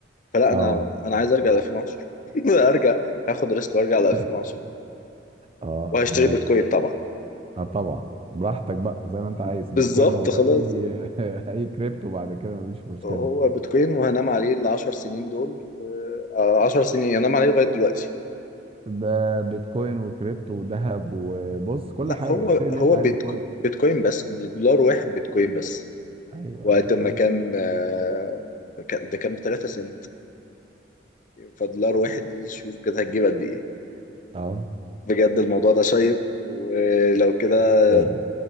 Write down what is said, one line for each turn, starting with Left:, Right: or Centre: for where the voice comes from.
Left: فلا
Right: اه
Left: انا انا عايز ارجع ل 2010 <laughs> ارجع هاخد ريسك وارجع ل 2010
Right: <laughs> اه
Left: وهشتري
Right: انا
Left: بيتكوين
Right: لا.
Left: طبعا
Right: اه طبعا براحتك بقى زي ما انت عايز
Left: بالظبط
Right: بيتكوين واي
Left: خلاص
Right: <laughs> اي كريبتو بعد كده مفيش مشكلة
Left: هو بيتكوين وهنام عليه ال 10 سنين دول و آه، 10 سنين هنام عليه لغايه دلوقتي
Right: ده بيتكوين وكريبتو وذهب وبص كل
Left: لا
Right: حاجة
Left: هو
Right: اشتري اللي
Left: هو
Right: انت عايزه
Left: بيتكو...
Right: كله
Left: بيتكوين بس بدولار واحد بيتكوين بس
Right: ايوه
Left: وقت
Right: ايوه
Left: ما
Right: ايوه
Left: كان آه، كان- ده كان ب 3 سنت فدولار واحد دي شوف كده هتجيب قد ايه
Right: اه
Left: بجد الموضوع ده شيق ولو كده
Right: جدا